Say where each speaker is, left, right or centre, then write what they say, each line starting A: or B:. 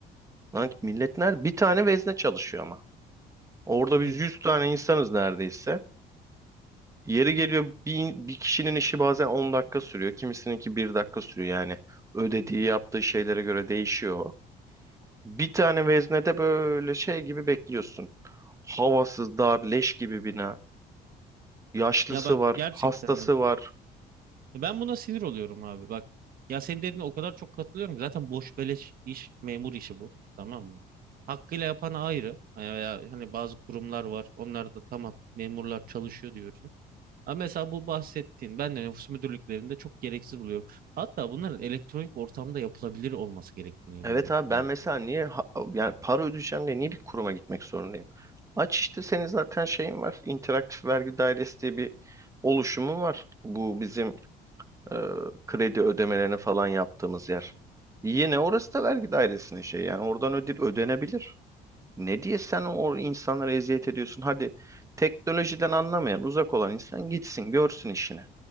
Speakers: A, on the right (about 20°); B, on the right (about 60°).
A: Lan milletler bir tane vezne çalışıyor ama. Orada biz
B: E,
A: 100 tane insanız neredeyse. Yeri geliyor bir, bir kişinin işi bazen 10 dakika sürüyor. Kimisininki bir dakika sürüyor yani. Ödediği yaptığı şeylere göre değişiyor. Bir tane veznede böyle şey gibi bekliyorsun. Havasız, dar, leş gibi bina. Yaşlısı
B: ya bak
A: var,
B: gerçekten
A: hastası
B: mi?
A: var.
B: Ben buna sinir oluyorum abi bak. Ya senin dediğine o kadar çok katılıyorum. ki. Zaten boş beleş iş, memur işi bu. Tamam mı? Hakkıyla yapan ayrı. Hani veya hani bazı kurumlar var. Onlar da tamam memurlar çalışıyor diyorsun. Ama mesela bu bahsettiğin ben de nüfus müdürlüklerinde çok gereksiz buluyorum. Hatta bunların elektronik ortamda yapılabilir olması gerektiğine inanıyorum
A: Evet abi
B: yani.
A: ben mesela niye ha- yani para ödeyeceğim diye niye bir kuruma gitmek zorundayım? Aç işte senin zaten şeyin var. İnteraktif Vergi Dairesi diye bir oluşumu var. Bu bizim e, kredi ödemelerini falan yaptığımız yer. Yine orası da vergi dairesinin şey yani oradan öde ödenebilir. Ne diye sen o insanlara eziyet ediyorsun? Hadi teknolojiden anlamayan uzak olan insan gitsin görsün işini.